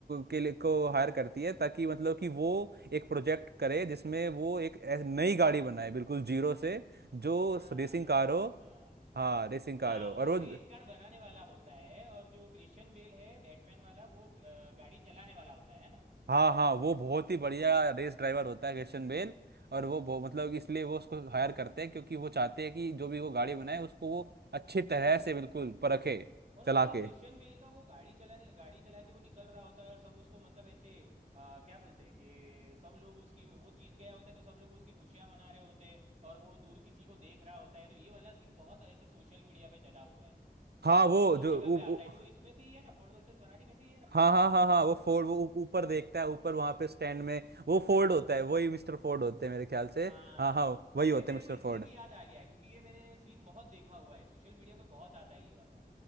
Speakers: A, on the right (about 85°); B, on the right (about 45°).
A: के लिए को हायर करती है ताकि मतलब कि वो एक प्रोजेक्ट करे जिसमें वो एक ऐस- नई गाड़ी बनाए बिल्कुल जीरो से जो
B: हाँ
A: रेसिंग कार
B: अच्छा
A: हो
B: अच्छा
A: हाँ रेसिंग कार
B: हाँ
A: हो और
B: वो
A: वो
B: रेस कार बनाने वाला होता है और जो क्रिश्चियन बेल है बैटमैन वाला वो अ, गाड़ी चलाने वाला होता है ना
A: हाँ हाँ वो बहुत ही बढ़िया रेस ड्राइवर होता है क्रिश्चियन बेल और वो बहु-
B: हाँ
A: मतलब
B: भाई,
A: इसलिए वो उसको हायर करते हैं क्योंकि वो चाहते हैं कि जो भी वो गाड़ी बनाए उसको वो अच्छी तरह से बिल्कुल परखे
B: और
A: चला
B: भाई ये क्रिश्चियन
A: के
B: बेल का वो गाड़ी चलाने गाड़ी चला के वो निकल रहा होता है और सब उसको मतलब ऐसे आ, क्या बोलते हैं कि सब लोग उसकी वो जीत गया होता है तो सब लोग उसकी खुशियां मना रहे होते हैं और वो दूर किसी को देख रहा होता है तो ये वाला सीन बहुत ऐसे सोशल मीडिया पे चला हुआ है
A: हाँ
B: बहुत
A: वो
B: जगह बहुत
A: जो
B: जगह
A: उ,
B: पे
A: उ,
B: आता है तो वो इसमें से ही है ना फोर्ड वर्सेस फरारी में से ही है ना वो
A: हाँ
B: सीन
A: हाँ हाँ हाँ वो फोर्ड वो ऊ- ऊपर देखता है ऊपर वहां पे स्टैंड में वो फोर्ड होता है वही मिस्टर फोर्ड होते हैं मेरे ख्याल से
B: हाँ
A: हाँ हाँ वही
B: भाई
A: होते
B: मेरे
A: हैं मिस्टर
B: को इसलिए
A: फोर्ड
B: भी याद आ गया क्योंकि ये मैंने सीन बहुत देखा हुआ है सोशल मीडिया पे बहुत आता है ये वाला